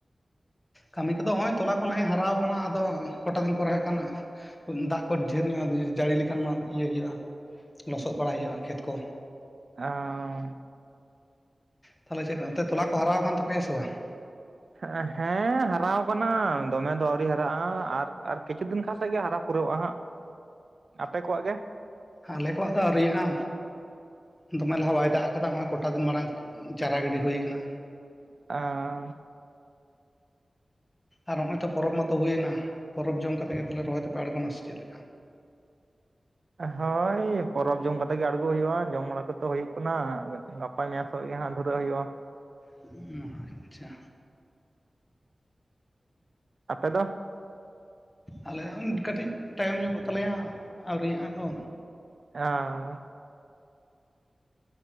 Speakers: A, on the left (about 20°); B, on the right (about 65°).
A: ᱠᱟᱹᱢᱤ ᱠᱚᱫᱚ ᱦᱚᱸᱜᱼᱚᱭ ᱛᱚᱞᱟ ᱠᱚ ᱱᱮᱜ-ᱮ ᱦᱟᱨᱟᱣ ᱠᱟᱱᱟ ᱟᱫᱚ ᱠᱚᱴᱟ ᱫᱤᱱ ᱯᱚᱨᱮ ᱦᱮᱸᱜ ᱠᱟᱱ ᱫᱟᱜ ᱠᱚ ᱰᱷᱮᱨ ᱧᱚᱜᱼᱮ ᱡᱟᱹᱲᱤ ᱞᱮᱠᱟᱱ ᱢᱟ ᱤᱭᱟᱹ ᱦᱩᱭᱩᱜᱼᱟ᱾ ᱞᱚᱥᱚᱫ ᱵᱟᱲᱟᱭ ᱦᱩᱭᱩᱜᱼᱟ ᱠᱷᱮᱛ ᱠᱚ᱾
B: ᱟᱣᱻ᱾
A: ᱛᱟᱦᱚᱞᱮ ᱪᱮᱫ ᱚᱱᱛᱮ ᱛᱚᱞᱟ ᱠᱚ ᱦᱟᱨᱟᱣ ᱠᱟᱱ ᱛᱟᱯᱮᱭᱟ ᱥᱮ ᱵᱟᱝ?
B: ᱦ <inaudible> ᱦᱮᱸ ᱦᱟᱨᱟᱣ ᱠᱟᱱᱟ ᱫᱚᱢᱮ ᱫᱚ ᱟᱹᱣᱨᱤ ᱦᱟᱨᱟᱜᱼᱟ, ᱟᱨ-ᱟᱨ ᱠᱤᱪᱷᱩ ᱫᱤᱱ ᱠᱷᱟᱱ ᱥᱮᱫ ᱜᱮ ᱦᱟᱨᱟ ᱯᱩᱨᱟᱹᱜᱼᱟ ᱦᱟᱸᱜ᱾ ᱟᱯᱮ ᱠᱚᱣᱟᱜ ᱜᱮ?
A: ᱟᱞᱮ ᱠᱚᱣᱟᱜ ᱫᱚ ᱟᱹᱣᱨᱤᱭᱟᱜᱼᱟ᱾ ᱫᱚᱢᱮ ᱞᱟᱦᱟ ᱵᱟᱭ ᱫᱟᱜ ᱟᱠᱟᱫᱟ ᱱᱚᱜ-ᱚᱭ ᱠᱚᱴᱟ ᱫᱤᱱ ᱢᱟᱲᱟᱝ ᱪᱟᱨᱟ ᱜᱤᱰᱤ ᱦᱳᱭ ᱠᱟᱱᱟ᱾
B: ᱟ᱾
A: ᱟᱨ ᱦᱚᱸᱜ-ᱚᱭ ᱛᱚ ᱯᱚᱨᱚᱵᱽ ᱢᱟᱛᱚ ᱦᱳᱭᱱᱟ᱾ ᱯᱚᱨᱚᱵᱽ ᱡᱚᱢ ᱠᱟᱛᱮ ᱜᱮ, ᱛᱟᱦᱚᱞᱮ ᱨᱚᱦᱚᱭ ᱫᱚᱯᱮ ᱟᱬᱜᱳᱱᱟ ᱥᱮ ᱪᱮᱫ ᱞᱮᱠᱟ?
B: ᱦᱳᱭ ᱯᱚᱨᱚᱵᱽ ᱡᱚᱢ ᱠᱟᱛᱮ ᱜᱮ, ᱟᱬᱜᱚ ᱦᱳᱭᱳᱜᱼᱟ᱾ ᱡᱚᱢ ᱵᱟᱲᱟ ᱠᱚᱛᱚ, ᱦᱳᱭᱳᱜ ᱠᱟᱱᱟ ᱜᱟ-ᱜᱟᱯ ᱜᱟᱯᱟ ᱢᱮᱭᱟᱝ ᱠᱷᱚᱡ ᱜᱮ, ᱦᱟᱸᱜ ᱫᱷᱩᱨᱟᱹᱜ ᱦᱳᱭᱳᱜᱼᱟ᱾
A: ᱦᱩ, ᱟᱪᱪᱷᱟ᱾
B: ᱟᱯᱮ ᱫᱚ?
A: ᱟᱞᱮ ᱦᱚᱸ, ᱠᱟᱹᱴᱤᱡ ᱛᱟᱭᱚᱢ ᱧᱚᱜᱚᱜ ᱛᱟᱞᱮᱭᱟ, ᱟᱹᱣᱨᱤᱭᱟᱜᱼᱟ ᱛᱚ᱾
B: ᱚᱸ᱾